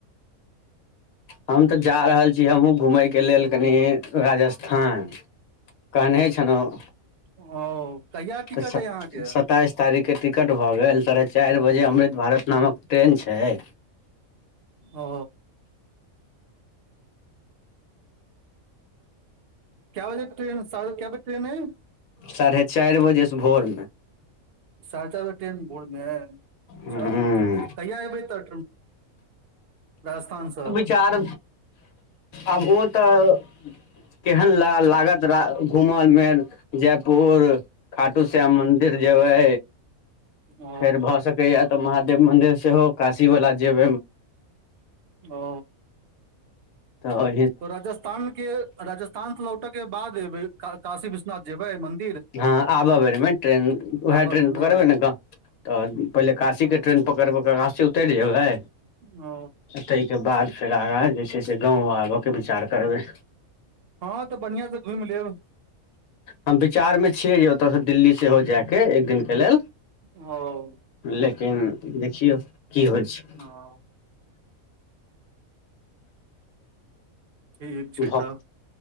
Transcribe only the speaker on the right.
ओ। कहिया टिकट
अइ अहाँके
ओ। कै बजे ट्रेन, साढ़े कै बजे ट्रेन अइ।
साढ़े चार बजे ट्रेन भोर में अइ।
चलू ठीक, कहिया एबै तऽ राजस्थानसँ।
ओ
ओ।
तऽ राजथान के राजस्थान से लौटे के बाद एबै काशी विश्वनाथ जेबै मंदिर।
आबय
बेरमे
ओ।
हँं तऽ बढ़ियां से घुमि लेब।
ओ।
हँ। ठीक छै
तऽ